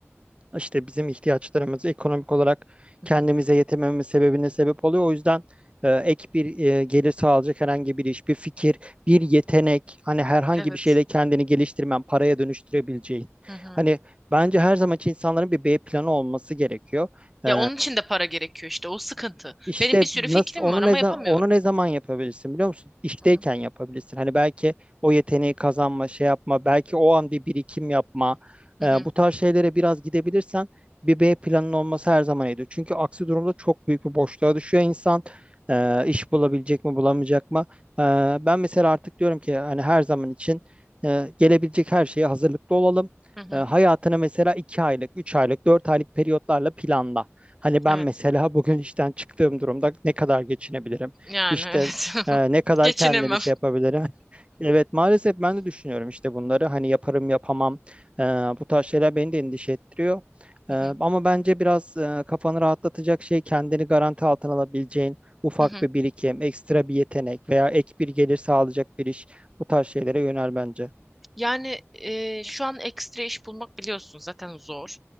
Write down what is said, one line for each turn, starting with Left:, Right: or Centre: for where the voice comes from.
Right: işte bizim ihtiyaçlarımız ekonomik olarak
Centre: Hı
Right: kendimize
Centre: hı.
Right: yetemememiz sebebine sebep oluyor. O yüzden e, ek bir e, gelir sağlayacak herhangi bir iş, bir fikir, bir yetenek, hani herhangi
Centre: Evet.
Right: bir şeyle kendini geliştirmen, paraya dönüştürebileceğin.
Centre: Hı hı.
Right: Hani bence her zaman için insanların bir B planı olması gerekiyor.
Centre: Ya
Right: E,
Centre: onun için de para gerekiyor işte o sıkıntı.
Right: işte
Centre: Benim bir sürü
Right: nasıl
Centre: fikrim
Right: onu
Centre: var ama
Right: ne
Centre: yapamıyorum.
Right: zaman onu ne zaman yapabilirsin biliyor musun? İşteyken
Centre: Hı hı.
Right: yapabilirsin. Hani belki o yeteneği kazanma, şey yapma, belki o an bir birikim yapma.
Centre: Hı
Right: Ee,
Centre: hı.
Right: bu tarz şeylere biraz gidebilirsen bir B planın olması her zaman iyidir. Çünkü aksi durumda çok büyük bir boşluğa düşüyor insan. Ee, iş bulabilecek mi, bulamayacak mı? Ee, ben mesela artık diyorum ki hani her zaman için e, gelebilecek her şeye hazırlıklı olalım.
Centre: Hı hı.
Right: Ee, hayatını mesela iki aylık, üç aylık, dört aylık periyotlarla planla. Hani ben
Centre: Evet.
Right: mesela <laughs> bugün işten çıktığım durumda ne kadar geçinebilirim?
Centre: Yani
Right: İşte
Centre: evet. <laughs>
Right: e, ne kadar
Centre: Geçinemem.
Right: kendimi şey yapabilirim? <laughs> Evet maalesef ben de düşünüyorum işte bunları. Hani yaparım yapamam. E, bu tarz şeyler beni de endişe ettiriyor.
Centre: Hı
Right: E,
Centre: hı,
Right: ama bence biraz e, kafanı rahatlatacak şey kendini garanti altına alabileceğin ufak
Centre: hı hı.
Right: bir birikim, ekstra bir yetenek veya ek bir gelir sağlayacak bir iş. Bu tarz şeylere yönel bence.
Centre: Yani e, şu an ekstra iş bulmak biliyorsun zaten zor.